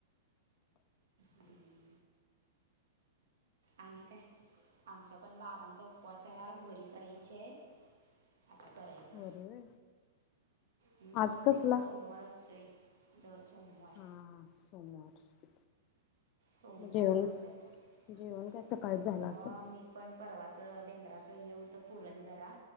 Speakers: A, on the right (about 80°); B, on the left (about 35°).
A: हम्म. आणि काय आमचा पण बाबांचा उपवास ये आज वरी करायची ये. आता करायच
B: वर होय
A: हम्म
B: आज कसला
A: त्यांचा सोमवार असतोय दर सोमवार.
B: हा सोमवार
A: सोमवार
B: जेवण
A: करत्यात
B: जेवण काय सकाळीच झालं
A: मग
B: असेल
A: मी पण परवाच बेंद्राचं हे होत पुरण जरा